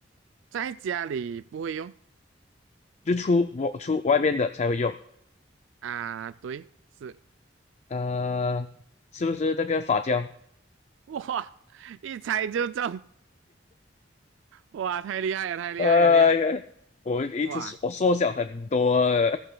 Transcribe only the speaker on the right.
在家里不会用
啊，对，是
<laughs> 哇，一猜就中，哇，太厉害了，太厉害了，
这个
哇，